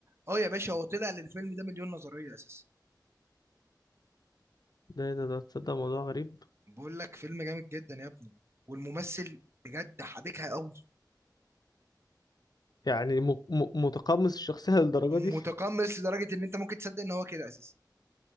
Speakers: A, on the right; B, on the left.
A: اه يا باشا هو طلع للفيلم ده مليون نظريه اساسا
B: ده ده ده تصدق موضوع غريب
A: بقول لك فيلم جامد جدا يا ابني والممثل بجد حبكها قوي
B: يعني م م متقمص الشخصية للدرجة دي
A: متقمص
B: <laughs>
A: لدرجه ان انت ممكن تصدق ان هو كده اساسا